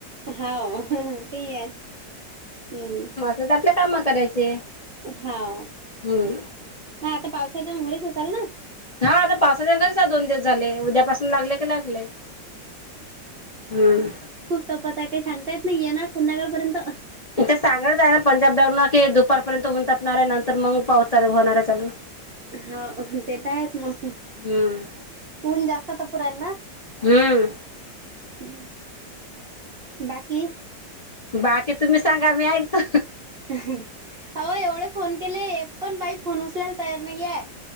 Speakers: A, on the right; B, on the left.
A: हाव हं-हं तेई या हम्म.
B: त्यात आपल्या काम करायचे.
A: हाव
B: हम्म
A: हा आता पावसाच्यान घरीच असाल ना.
B: हा आता पावसाच्यान घरीच आ़ओ दोन दिवस् झाले, उद्या पाासून लागले की लागले हम्.
A: त पता काई सांगता येत नई येणार संध्याकाळपर्यंत.
B: ते सांगाचाय ना पंजाब डख म की दुपारपर्यंत ऊन तपणाराय नंतर मंग पावस चालु होणाराय असं-
A: हाव हं तेेत आहेच मंग.
B: हम्म.
A: ऊन जास्त तपु रायेल न.
B: हम्म.
A: हं बाकी.
B: बाकी तुम्ही सांगा मी ऐकतो.
A: अहो एवढे फोन केले एक पण बाई फोन उचलायल तयार नाईये.